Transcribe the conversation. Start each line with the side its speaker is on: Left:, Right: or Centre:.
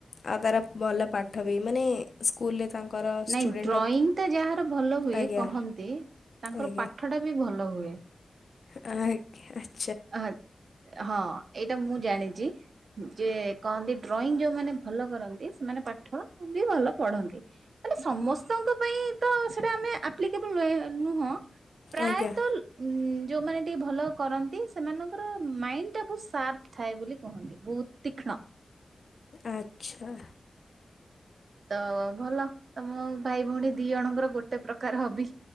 Left: ଆଉ ତାର ଭଲ ପାଠ ବି ମାନେ ସ୍କୁଲରେ ତାଙ୍କର
Right: ନାଇଁ
Left: ଷ୍ଟୁଡ଼େଣ୍ଟ
Right: ଡ୍ରଇଂଟା ଯାହାର ଭଲ ହୁଏ
Left: ଅଫ୍ ଦି
Right: କହନ୍ତି,
Left: ଆଜ୍ଞା
Right: ତାଙ୍କର
Left: ଆଜ୍ଞା
Right: ପାଠଟା ବି ଭଲ ହୁଏ।
Left: ଆଜ୍ଞା ଆ
Right: ହଁ ହଁ ଏଇଟା ମୁଁ ଜାଣିଚି। ଯେ କହନ୍ତି ଡ୍ରଇଂ ଯୋଉମାନେ ଭଲ କରନ୍ତି ସେମାନେ ପାଠ ବି ଭଲ ପଢ଼ନ୍ତି। ମାନେ ସମସ୍ତଙ୍କ ପାଇଁ ତ ସେଇଟା ଆମେ ଆପ୍ଲିକେବୁଲ୍ ନୁହେଁ ନୁହଁ। ପ୍ରାୟତଃ
Left: ଆଜ୍ଞା
Right: ଉଁ ଯୋଉମାନେ ଟିକେ ଭଲ କରନ୍ତି ସ ସେମାନଙ୍କର ମାଇଣ୍ଡଟା ବହୁତ ସାର୍ପ ଥାଏ ବୋଲି କୁହନ୍ତି, ବହୁତ ତୀକ୍ଷ୍ଣ।
Left: ଆଚ୍ଛା।
Right: ତ ଭଲ ତମ ଭାଇ ଭଉଣୀ ଦି ଜଣଙ୍କର ଗୋଟେ ପ୍ରକାର ହବି।